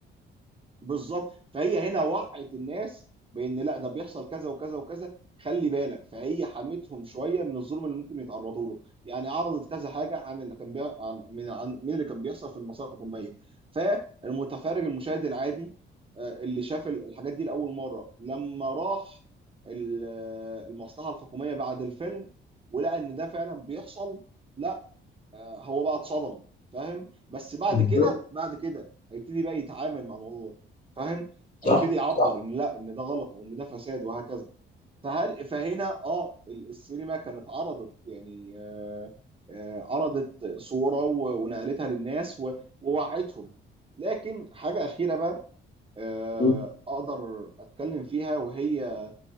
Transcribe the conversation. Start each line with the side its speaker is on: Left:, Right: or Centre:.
Right: بالظبط فهي هنا وعت الناس بان لا ده بيحصل كذا وكذا وكذا خلي بالك فهي حمتهم شويه من الظلم اللي ممكن يتعرضوا له يعني عرضت كذا حاجه عن اللي كان بي... عن من عن من اللي كان بيحصل في المصالح الحكوميه فالمتفرج المشاهد العادي آه، اللي شاف ال- الحاجات دي لاول مره لما راح ال- المصلحه الحكوميه بعد الفيلم ولقى ان ده فعلا بيحصل لا آه، هو بقى اتصدم فاهم بس بعد
Left: بالظبط
Right: كده بعد كده هيبتدي بقى يتعامل مع الموضوع ده فاهم
Left: صح
Right: هيبتدي يعبر
Left: صح
Right: ان لا ان ده غلط او ان ده فساد وهكذا فهل فهنا اه ال- السينما كانت عرضت يعني آه آه عرضت صورة و- ونقلتها للناس و- ووعتهم لكن حاجة أخيرة بقى آه
Left: مم.
Right: أقدر أتكلم فيها وهي